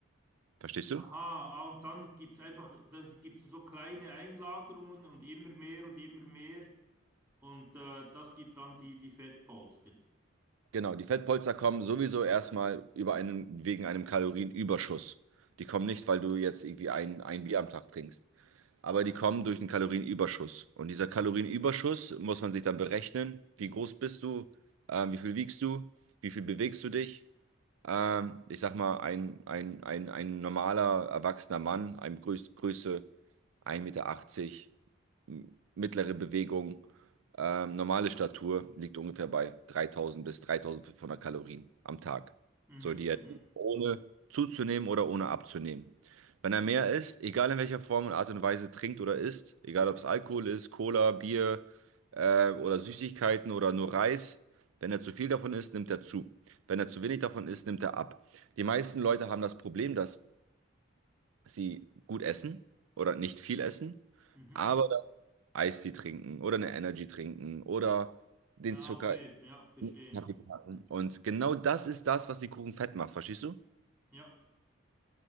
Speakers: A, on the right; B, on the right.
A: Verstehst du?
B: Aha, ah, und dann gibt's einfach, dann gibt's so kleine Einlagerungen und immer mehr und immer mehr. Und äh, das gibt dann die, die Fettpolster.
A: Genau, die Fettpolster kommen sowieso erstmal über einen, wegen einem Kalorienüberschuss. Die kommen nicht, weil du jetzt irgendwie ein, ein Bier am Tag trinkst, aber die kommen durch einen Kalorienüberschuss. Und dieser Kalorienüberschuss muss man sich dann berechnen, wie groß bist du, ähm, wie viel wiegst du, wie viel bewegst du dich. Ähm, ich sag mal, ein, ein, ein, ein normaler erwachsener Mann, einem Größ Größe 1,80 Meter, mittlere Bewegung, ähm, normale Statur liegt ungefähr bei 3000 bis 3500 Kalorien am Tag.
B: Mhm,
A: So, die
B: mhm,
A: er ohne zuzunehmen oder ohne abzunehmen. Wenn er mehr isst, egal in welcher Form und Art und Weise trinkt oder isst, egal ob es Alkohol ist, Cola, Bier äh, oder Süßigkeiten oder nur Reis, wenn er zu viel davon isst, nimmt er zu. Wenn er zu wenig davon isst, nimmt er ab. Die meisten Leute haben das Problem, dass sie gut essen oder nicht viel essen,
B: mhm.
A: aber Eistee trinken oder eine Energy trinken oder den
B: Ah,
A: Zucker
B: okay, ja, verstehe.
A: in den Kaffee packen. Und genau das ist das, was die Kuchen fett macht, verstehst du?
B: Ja.